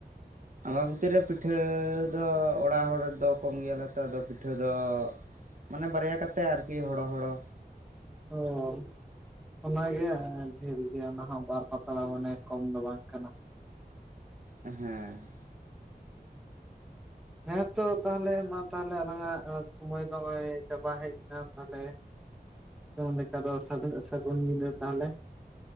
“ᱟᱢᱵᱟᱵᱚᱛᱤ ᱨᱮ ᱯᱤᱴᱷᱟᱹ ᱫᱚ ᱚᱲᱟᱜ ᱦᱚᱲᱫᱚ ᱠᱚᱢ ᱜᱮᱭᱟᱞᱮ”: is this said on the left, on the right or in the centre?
Right